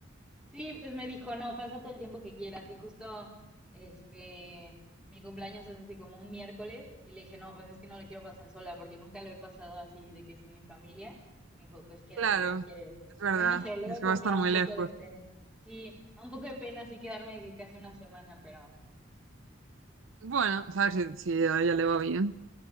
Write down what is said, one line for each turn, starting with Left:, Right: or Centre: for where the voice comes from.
Centre: Sí, pues me dijo, no, pasa todo el tiempo que quieras. Y justo, este, mi cumpleaños es así como un miércoles. Y le dije, no, pues es que no lo quiero pasar sola porque nunca lo he pasado así de que sin mi familia. Me dijo, pues quédate
Right: Claro.
Centre: si quieres.
Right: Es verdad,
Centre: Pero no sé, luego
Right: es que
Centre: como
Right: va a estar
Centre: que me da
Right: muy
Centre: un poco
Right: lejos.
Centre: de pena. Sí, me da un poco de pena así quedarme de que casi una semana, pero
Right: Bueno, sabes si, si a ella le va bien.